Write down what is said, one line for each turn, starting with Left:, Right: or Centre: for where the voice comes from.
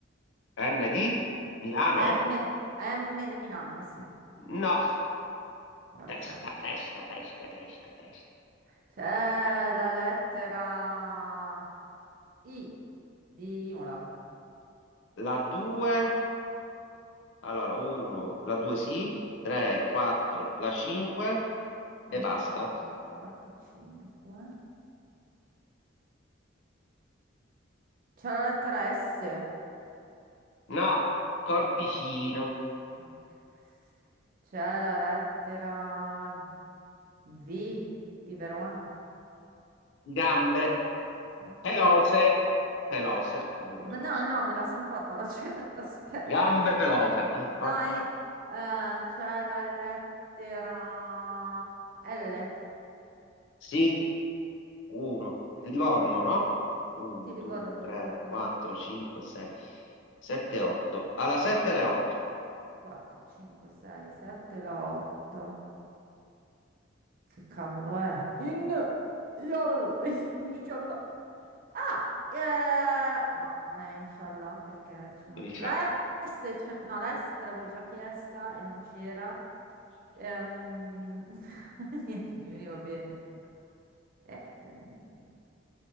Left: N di Milano?
Right: M, M di Milano, sì.
Left: No,
Right: Porca.
Left: testa, testa, testa, testa, testa.
Right: C'è la lettera I di Imola.
Left: La 2, allora 1, la 2 sì, 3, 4, la 5
Right: 1,
Left: e basta.
Right: 2, 3, 4, 5. C'è la lettera S.
Left: No, corpicino,
Right: Porca. C'è la lettera V di Verona.
Left: gambe
Right: Porca
Left: pelose,
Right: la miseria.
Left: pelose, gambe
Right: Ma
Left: pelose,
Right: no, no, me la sono fatta la <laughs> celetta, aspetta.
Left: gambe pelose. Mm,
Right: Dai,
Left: fa-
Right: eh, c'è la lettera L
Left: Sì, 1, Livorno, no? 1,
Right: di Livorno,
Left: 2, 3,
Right: Livorno.
Left: 4, 5, 6, 7, 8. Alla 7 le 8.
Right: 4, 5, 6, 7, la 8. Che cavolo è? In, yol, <laughs> inshallah. Ah, eh, no, non è inshallah perché ci manca.
Left: Eh,
Right: La S, c'è- no, la S te l'avevo già chiesta e non c'era. Ehm, <laughs> niente, mi veniva bene. Ehm,